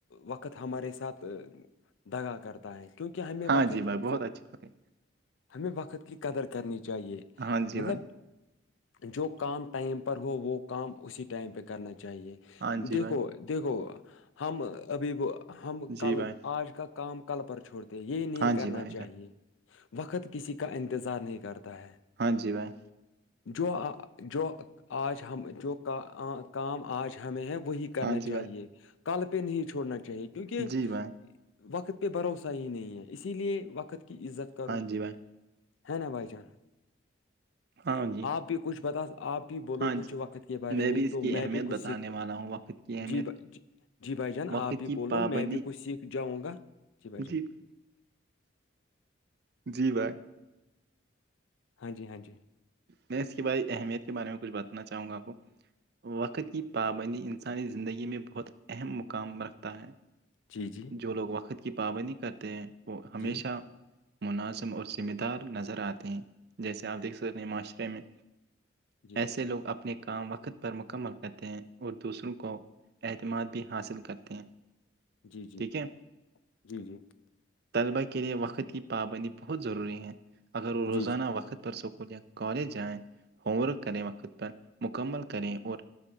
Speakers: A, on the left; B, on the right.
A: وقت ہمارے ساتھ دگا کر کیونکہ ہمیں
B: ہاں
A: وقت
B: جی بھائی بہت
A: کو
B: اچھی بات ہے
A: ہمیں وقت کی قدر کرنی چاہیے
B: ہاں جی
A: مطلب
B: بھائی
A: جو کام ٹائم پر ہو وہ کام اسی ٹائم پہ کرنا چاہیے
B: ہاں جی
A: دیکھو
B: بھائی
A: دیکھو ہم ابھی ہم
B: جی
A: کل
B: بھائی
A: آج کا کام کل پر چھوڑتے یہ نہیں
B: ہاں
A: کرنا
B: جی بھائی
A: چاہیے
B: جان
A: وقت کسی کا انتظار نہیں کرتا ہے
B: ہاں جی بھائی
A: جو جو آج ہم جو کا کام آج ہمیں ہیں وہی کرنا
B: ہاں جی
A: چاہیے
B: بھائی
A: کل پہ نہیں چھوڑنا چاہیے کیونکہ
B: جی بھائی
A: وقت پہ بھروسہ ہی نہیں ہیں اسی لیے وقت کی عزت کرو
B: ہاں جی بھائی
A: ہے نا بھائی جان
B: ہاں جی
A: آپ بھی کچھ بتا آپ کے بھی بولو
B: ہاں
A: کچھ
B: جی
A: وقت کے بارے میں
B: بھی اس
A: تو
B: کی
A: میں
B: اہمیت
A: بھی کچھ
B: بتانے
A: سیکھ
B: والا ہوں وقت کی اہمیت
A: جی بھائی جی جی بھائی جان
B: وقت
A: آپ بھی
B: کی
A: بولو
B: پابندی
A: میں بھی کچھ سیکھ جاؤں گا بھائی جان
B: جی جی بھائی
A: ہاں جی ہاں جی
B: میں اس کی بائی اہمیت کے بارے میں کچھ بتانا چاہوں گا آپ کو وقت کی پابندی انسانی زندگی میں بہت اہم مقام رکھتا ہے
A: جی جی
B: جو لوگ وقت کی پابندی کرتے ہیں وہ ہمیشہ
A: جی
B: مناظم اور ذمہ دار نظر آتے ہیں جیسے آپ دیکھ سکتے ہیں معاشرے میں
A: جی بھائی
B: ایسے لوگ اپنے اپنے کام وقت پر مکمل کرتے ہیں اور دوسروں کو اعتماد بھی حاصل کرتے ہیں
A: جی جی
B: ٹھیک ہے
A: جی جی
B: طلبہ کے لیے وقت کی پابندی بہت ضروری ہے اگر وہ روزانہ
A: جی
B: وقت پر اسکول یا کالج جائیں ہوم ورک کریں وقت پر مکمل کریں اور